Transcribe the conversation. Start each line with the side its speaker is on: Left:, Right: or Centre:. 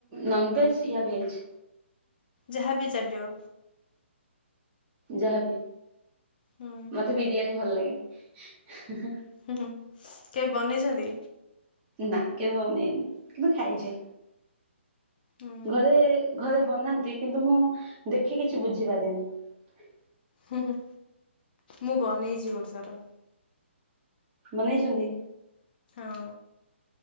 Right: ନନଭେଜ୍ ୟା ଭେଜ୍
Left: ଯାହା ବି ଚାଲିବ।
Right: ଯାହାବି।
Left: ହୁଁ
Right: ମତେ ବିରିୟାନୀ ଭଲ ଲାଗେ। ହଁ ହଁ ହଁ
Left: ହୁଁ ହୁଁ କେହି ବନେଇଚନ୍ତି।
Right: ନା କେବେ ବନେଇନି କିନ୍ତୁ ଖାଇଚି।
Left: ହୁଁ
Right: ଘରେ ଘରେ ବନାନ୍ତି କିନ୍ତୁ ମୁଁ ଦେଖି କିଛି ବୁଝିପାରେନି।
Left: ହୁଁ ହୁଁ ମୁଁ ବନେଇଚି ଗୋ କର।
Right: ବନେଇଛନ୍ତି।
Left: ହଁ।